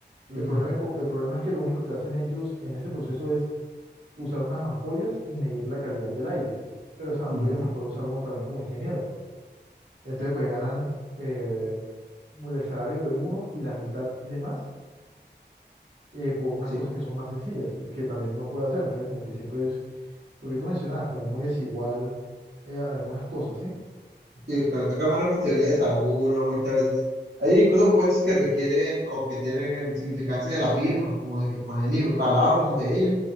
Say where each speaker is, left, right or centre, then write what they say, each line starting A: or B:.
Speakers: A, on the right (about 65°); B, on the right (about 80°).
A: Ujú,
B: El problema, co- el problema es que lo único que hacen ellos en ese proceso es usar unas ampollas y medir la calidad del aire. Pero esas ampollas
A: ujú.
B: las puede usar uno también como ingeniero. Entonces pues ganan eh, el salario de uno y la mitad de más eh, por unas
A: Sí,
B: cosas que son más sencillas, que también uno puede hacer. Entonces, como que siempre es lo que tú mencionabas, como muy desigual eh, algunas cosas, ¿sí?
A: sí, cuando toca más responsabilidades a uno muchas veces. Hay incluso puestos que requieren o que tienen significancia de la firma, como de que poner mi palabra ante ellos.